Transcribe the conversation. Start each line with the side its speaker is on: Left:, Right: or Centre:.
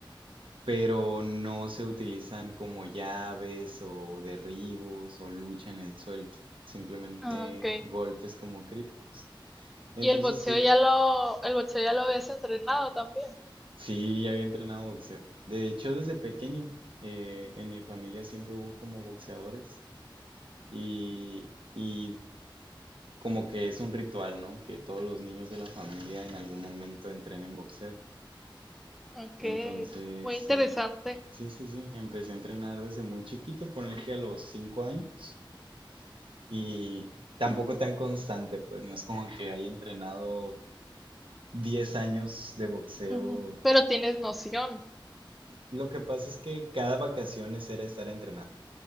Right: Pero no se utilizan como llaves o derribos o lucha en el suelo. Simplemente
Centre: Ah, ok.
Right: golpes como críticos. Entonces,
Centre: Y el boxeo
Right: estoy...
Centre: ya lo, el boxeo ya lo habías entrenado también.
Right: sí, ya había entrenado boxeo. De hecho, desde pequeño, eh, en mi familia siempre hubo como boxeadores. Y, y como que es un ritual, ¿no? Que todos los niños de la familia en algún momento entrenen boxeo.
Centre: Ok.
Right: Entonces,
Centre: Muy interesante.
Right: em- sí, sí, sí, empecé a entrenar desde muy chiquito, ponle que a los cinco años. Y tampoco tan constante, pues no es como que haya entrenado 10 años de boxeo.
Centre: Ujú. Pero tienes noción.
Right: Lo que pasa es que cada vacaciones era estar entrenando.